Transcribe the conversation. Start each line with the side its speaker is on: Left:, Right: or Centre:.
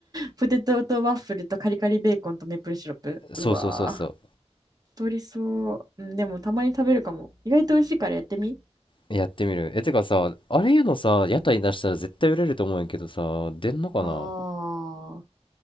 Right: ポテトとワッフルとカリカリベーコンとメープルシロップ。
Left: そうそうそうそう。
Right: うわー、太りそう。うん、でもたまに食べるかも。意外と美味しいからやってみ。
Left: やってみる。え、てかさ、あれいうのさ、屋台出したら絶対売れると思うんやけどさ、出んのかな
Right: あー。